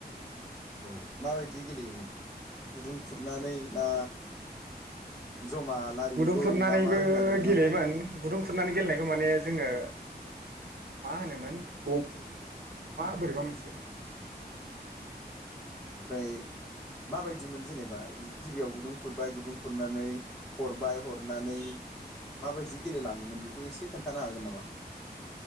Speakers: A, in the centre; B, on the right.
A: औ माबायदि गेलेयोमोन गुदुं खुरनानै ना जमा लारि
B: गुदुं
A: लरि
B: खुरनानैबो
A: ना मा होननानै बुङो
B: गेलेयोमोन गुदुं खुरनानै गेलेनायखौ माने जोङो मा होनोमोन ब मा बोरैबा मोनसे
A: ओमफ्राय माबायदिमोन जेनेबा गिबियाव गुदुं खुरबाय गुदुं खुरनानै हरबाय हरनानै माबायदि गेलेलाङोमोन बेखौ एसे खोन्थानो हागोन नामा